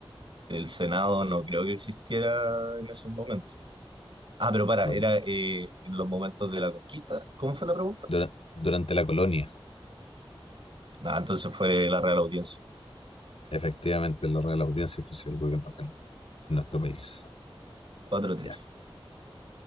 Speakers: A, on the right (about 55°); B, on the left (about 80°).
A: El Senado no creo que existiera en esos momentos. Ah, pero para,
B: No,
A: era eh, en los momentos de la conquista. ¿Cómo fue la pregunta?
B: dura- durante la colonia,
A: Ah, entonces fue la Real Audiencia.
B: efectivamente, la Real Audiencia ejerció el gobierno acá en, en nuestro país.
A: Cuatro tres.
B: Ya,